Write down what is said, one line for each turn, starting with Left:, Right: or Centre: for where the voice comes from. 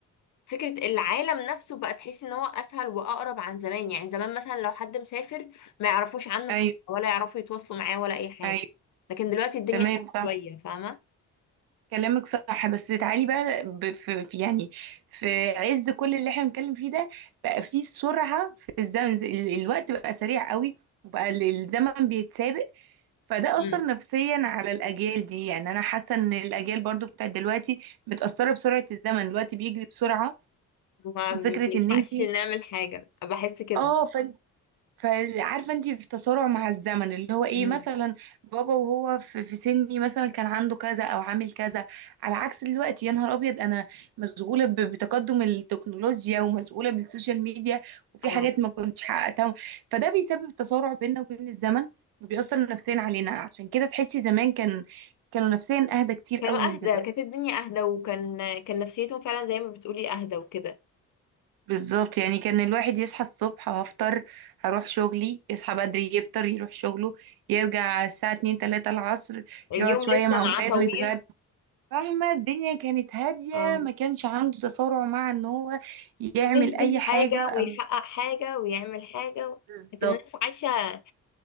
Left: فكره العالم نفسه بقى تحس ان هو اسهل واقرب عن زمان يعني زمان مثلا لو حد مسافر ما يعرفوش عنه
Right: ايوه
Left: حاجه ولا يعرفوا يتواصلوا معاه ولا اي حاجه
Right: ايوه
Left: لكن دلوقتي الدنيا
Right: تمام
Left: أسهل
Right: صح
Left: شويه فاهمه
Right: كلامك صح بس تعالي بقى ب- في في- يعني في عز كل اللي احنا بنتكلم فيه ده بقى في سرعة في الزمن ز- ال- الوقت بقى سريع قوي وبقى ال- الزمن بيتسابق فده
Left: امم
Right: أثر نفسيا على الأجيال دي يعني أنا حاسة إن الأجيال برضو بتاعت دلوقتي متأثرة بسرعة الزمن الوقت بيجري بسرعة
Left: ما
Right: وفكرة
Left: بنلحقش
Right: إن انتي
Left: نعمل حاجه بحس كده
Right: اه فعارفه انت في تسارع مع الزمن اللي هو ايه
Left: امم
Right: مثلا بابا وهو في, في سني مثلا كان عنده كذا او عامل كذا على عكس دلوقتي يا نهار ابيض انا مشغوله ب- بتقدم التكنولوجيا ومشغوله بالسوشيال ميديا وفي
Left: اه
Right: حاجات ما كنتش حققتها فده بيسبب تسارع بيننا وبين الزمن وبيأثر نفسيا علينا عشان كده تحسي زمان كان كانوا نفسيا اهدى كتير
Left: كانوا
Right: قوي من
Left: اهدى
Right: دلوقتي
Left: كانت الدنيا اهدى وكان كان نفسيتهم فعلا زي ما بتقولي اهدى وكده
Right: بالظبط يعني كان الواحد يصحى الصبح هفطر هروح شغلي يصحى بدري يفطر يروح شغله يرجع الساعة اتنين تلاتة العصر
Left: اليوم
Right: يقعد شوية
Left: لسه
Right: مع
Left: معاه
Right: ولاده
Left: طويل
Right: يتغدى فاهمة الدنيا كانت هادية
Left: اه
Right: ما كانش عنده تسارع مع ان هو يعمل
Left: يثبت
Right: اي حاجة
Left: حاجة
Right: او
Left: ويحقق حاجة ويعمل حاجة و...
Right: بالظبط
Left: كانت الناس عايشة